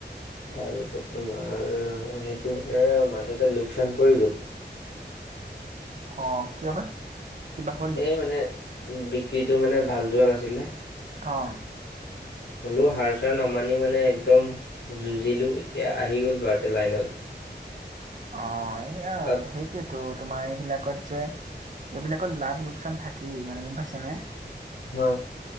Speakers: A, on the left; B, on the right.
A: তাৰ পিছত তোমাৰ সেইটো মানে মাজতে লোকচান পৰি গ'ল!
B: অঁ, কিয় বা, কিবা হ'ল নেকি
A: এই মানে বিক্ৰীটো মানে ভাল যোৱা নাছিলে!
B: অঁ
A: গলো সাৰ চাৰ নামানি মানে একদম যুঁজিলো এতিয়া আহি গল বাৰটে লাইনত
B: অঁ, এইয়া
A: তাত
B: সেইটোয়েতো তোমাৰ এইবিলাকত যে, এইবিলাকৰ লাভ লোকচান থাকেই মানে গম পাইছানে,
A: অ